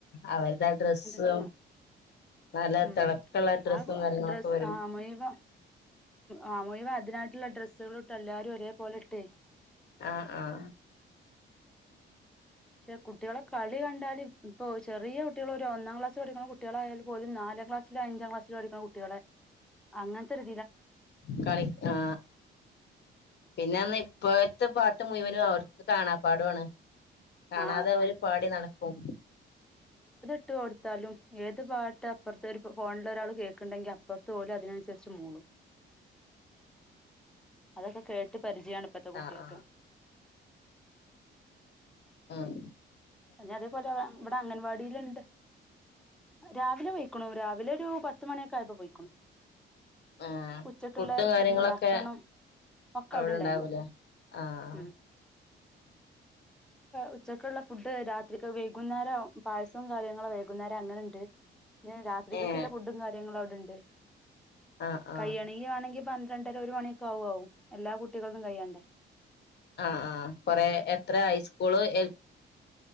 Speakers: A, on the left (about 60°); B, in the centre.
A: അവര്ടെ ആ ഡ്രസ്സും
B: കാണാൻ
A: നല്ല
B: ഉം
A: തിളക്കള്ള ഡ്രസ്സും
B: ആ
A: കാര്യങ്ങളൊക്കെ
B: ഡ്രസ്സ്
A: വെരു
B: ആ മുഴുവം ആ മുഴുവൻ അതിനായിട്ട്ള്ള ഡ്രസ്സുകളു ഇട്ട് എല്ലാരു ഒരേ പോലെ ഇട്ട്
A: ആ ആ
B: പഷെ കുട്ടിളെ കളി കണ്ടാല് ഇപ്പ ചെറിയ കുട്ടികൾ ഒരു ഒന്നാം ക്ലാസ് പഠിക്ക്ണ കുട്ടികളായാൽ പോലും നാലാം ക്ലാസ്സില അഞ്ചാം ക്ലാസ്സില പഠിക്ക്ണകുട്ടിളെ അങ്ങൻത്തെര്
A: കളി ആ പിന്നെർഞ്ഞ ഇപ്പൊ ത്തെ പാട്ട് മുഴുവനും അവർക്ക് കാണാപാടൊണ് കാണാതെ
B: ആ
A: ഓര് പാടി നടക്കും
B: ഇട്ട് കൊടുത്താലും ഏത് പാട്ട് അപ്പൊർത്തെ ഒരു ഫോണില ഒരാൾ കേൾക്കണ്ടെങ്കിൽ അപ്പുറത്ത് പോലും അതിനനുസരിച്ച് മൂളും അതൊക്കെ കേട്ട പരിചയമാണ് ഇപ്പത്തെ കുട്ടിയൾക്ക്
A: ആഹ് ആഹ് ആഹ
B: അ അതേപോലെ ഇവിടെ അംഗൻവാടിലിണ്ട് രാവിലെ പോയിക്കണു രാവിലെ ഒരു പത്ത മണിയൊക്കെ ആയപ്പോൾ പോയിക്കണു.
A: ആ
B: ഉച്ചക്കുള്ള
A: ഫുഡും കാര്യങ്ങളൊക്കെ
B: ഉം, ഭക്ഷണം ഒക്കെ
A: അവിടെണ്ടാവൂലേ
B: അവിടെ ഉണ്ടായിരുന്നു
A: ആഹ
B: ഉം ഉച്ചക്കുള്ള ഫുഡ് രാത്രിക്കെ വൈകുന്നേരം പായസവും കാര്യങ്ങള കുന്നേരം അങ്ങനെയുണ്ട് രാത്രികൾക്കുള്ള
A: ഏഹ്
B: ഫുഡും കാര്യ രണ്ട്
A: ആഹ് ആഹ്
B: കയ്യണെങ്കി വേണെങ്കി പ രണ്ടര ഒരു മണിയൊക്കെ ആകും എല്ലാ കുട്ടികളന്നും കഴ്യാണ്ടേ
A: ആ ആ കൊറ എത്ര ഹൈസ്കൂള് എ